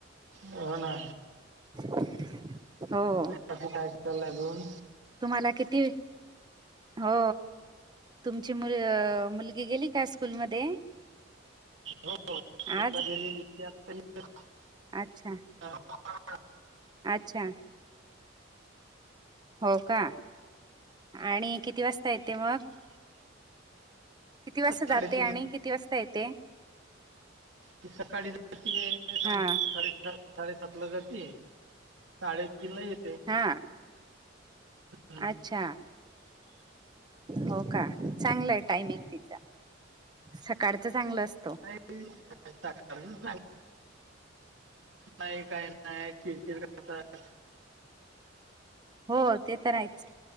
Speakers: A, on the right; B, on the right.
A: हो ना
B: <inaudible> हो
A: कसं काय चाललंय अजून?
B: तुम्हाला किती? हो तुमची मु मुलगी गेली का स्कूलमध्ये?
A: हो स्कूलला
B: आज
A: गेलेली <unintelligible>
B: अच्छा
A: अं <inaudible>
B: अच्छा हो का, आणि किती वाजता येते मग? किती वाजता
A: साडेतीन
B: जाते आणि किती वाजता येते?
A: ती सकाळी जातीये सात
B: हा
A: साडेसातला साडेसातला जातेयं, साडेतीनला येते.
B: हां
A: हम्म.
B: अच्छा हो का, चांगलय टायमिंग तिचा. सकाळचं चांगलं असत
A: <unintelligible> चांगलं <unintelligible> नाही काही नाही चिरचिर करतात.
B: हो ते तर आहेच.